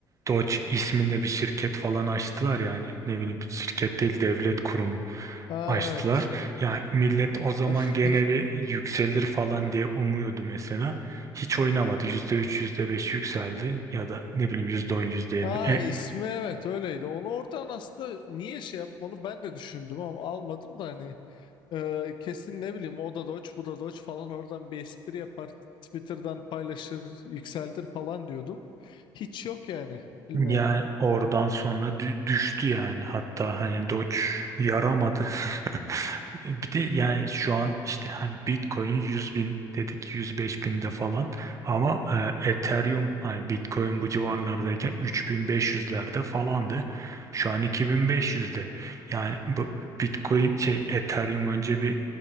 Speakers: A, on the right; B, on the left.
A: Doge isminde bir şirket falan açtılar yani. Ne bileyim şirket değil devlet kurumu
B: Ha
A: açtılar.
B: evet.
A: Ya millet o zaman
B: <laughs>
A: gene bir yükselir falan diye umuyordu mesela. Hiç oynamadı. yüzde üç yüzde beş yükseldi ya da ne bileyim yüzde on yüzde yirmi
B: Ha
A: E,
B: ismi evet öyleydi. Onu oradan aslında niye şey yap onu ben de düşündüm ama almadım da hani e, kesin ne bileyim o da Doge bu da Doge falan oradan bir espri yapar Twitter'dan paylaşır yükseltir falan diyordu. Hiç yok yani bilmiyorum.
A: Yani oradan sonra dü- düştü yani hatta hani Doge yaramadı. <laughs> Bir de yani şu an işte hani Bitcoin 100 bin dedik 105 binde falan ama e, Ethereum hani Bitcoin bu civarlardayken 3500'lerde falandı. Şu an 2500'de. Yani bu Bitcoin şey Ethereum önce bir